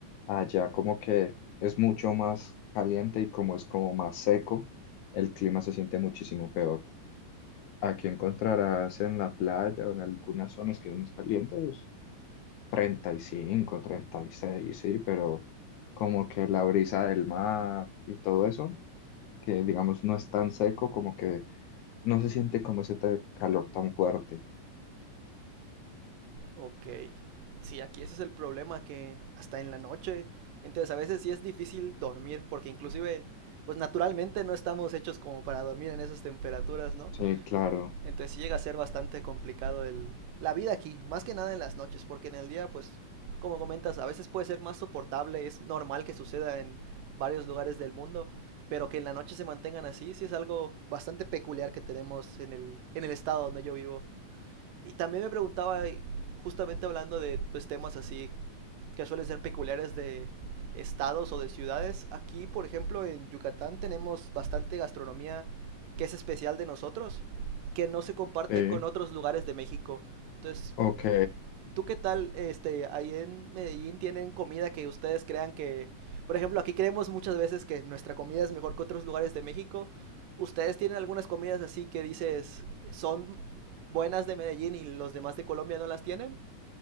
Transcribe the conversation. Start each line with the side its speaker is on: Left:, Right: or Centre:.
Left: allá como que es mucho más caliente y como es como más seco, el clima se siente muchísimo peor. Aquí encontrarás en la playa o en algunas zonas que es más caliente, es 35, 36 sí, pero como que la brisa del mar y todo eso, que digamos no es tan seco, como que no se siente como ese ta- calor tan fuerte.
Right: Ok. Sí, aquí ese es el problema, que hasta en la noche, entonces a veces sí es difícil dormir, porque inclusive, pues naturalmente no estamos hechos como para dormir en esas temperaturas, ¿no?
Left: Sí, claro.
Right: Entonces sí llega a ser bastante complicado el, la vida aquí, más que nada en las noches, porque en el día, pues, como comentas, a veces puede ser más soportable, es normal que suceda en varios lugares del mundo, pero que en la noche se mantengan así, sí es algo bastante peculiar que tenemos en el, en el estado donde yo vivo. Y también me preguntaba, justamente hablando de pues, temas así que suelen ser peculiares de estados o de ciudades, aquí por ejemplo en Yucatán tenemos bastante gastronomía que es especial de nosotros, que no se comparte
Left: Sí,
Right: con otros lugares de México. Entonces,
Left: ok,
Right: ¿Tú qué tal, este, ahí en Medellín tienen comida que ustedes crean que, por ejemplo, aquí creemos muchas veces que nuestra comida es mejor que otros lugares de México. ¿Ustedes tienen algunas comidas así que dices son buenas de Medellín y los demás de Colombia no las tienen?